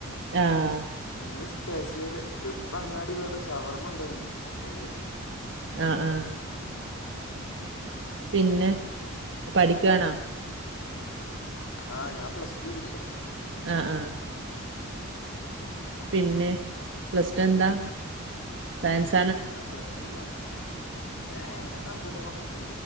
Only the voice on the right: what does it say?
ആഹ്
ആ ആ പിന്നെ പഠിക്കുവാണോ
ആ ആ പിന്നെ പ്ലസ് ടു എന്താ സയൻസ്